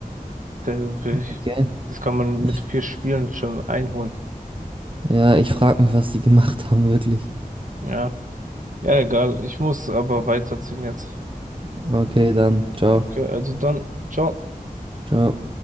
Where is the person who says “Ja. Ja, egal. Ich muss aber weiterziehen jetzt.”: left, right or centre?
Right